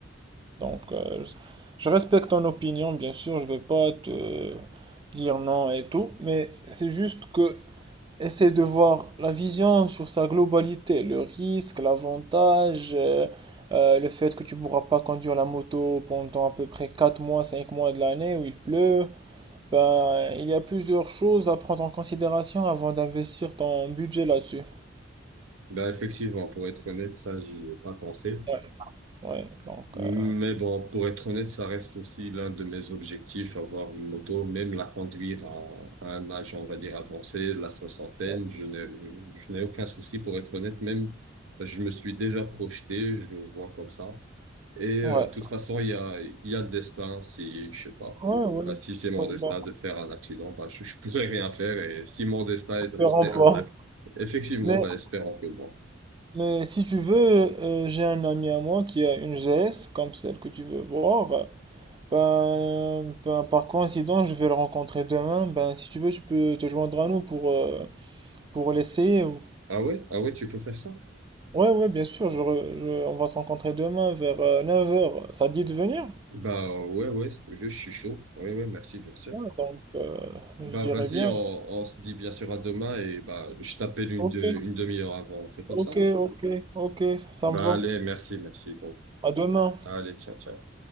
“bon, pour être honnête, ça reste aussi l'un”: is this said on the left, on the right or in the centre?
Right